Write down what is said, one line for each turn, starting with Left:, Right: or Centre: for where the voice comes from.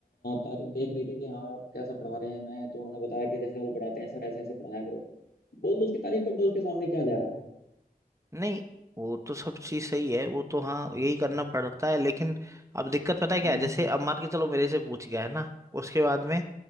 Left: तार- देख रही थी कि हाँ आप कैसा पढ़ा रहे हैं मैं तो उन्होंने बताया कि जैसे वो पढ़ाते हैं सर ऐसे ऐसे पढ़ाया करो बोल दो उसकी तारीफ कर दो उसके सामने क्या जा रहा है
Right: नहीं वो तो सब चीज सही है वो तो हाँ यही करना पड़ता है लेकिन अब दिक्कत पता है क्या
Left: हम्म,
Right: है जैसे अब मान के चलो मेरे से पूछ गया है ना उसके बाद में